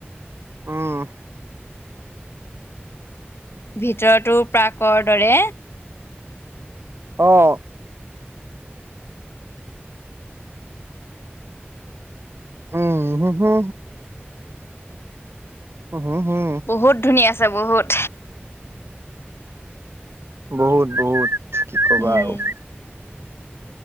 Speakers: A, on the right; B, on the left.
A: উম
B: ভিতৰতো প্ৰাকৰ দৰে
A: অ উম হো হো হো
B: বহুত ধুনীয়া আছে বহুত
A: বহুত বহুত কি কবা
B: উম
A: আও